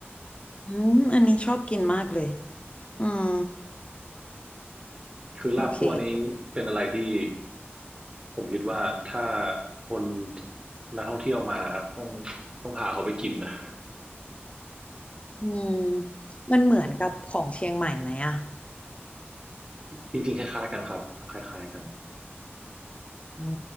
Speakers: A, on the left (about 30°); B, on the right (about 20°).
A: อืมอันนี้ชอบกินมากเลยอืม
B: คือลาบคั่วนี้เป็นอะไรที่
A: โอเค
B: ผมคิดว่าถ้าคนนักท่องเที่ยวมาต้องต้องพาเขาไปกินนะ
A: อืมมันเหมือนกับของเชียงใหม่ไหมอ่ะ
B: <laughs> จริงๆคล้ายๆกันครับคล้ายๆกัน
A: อื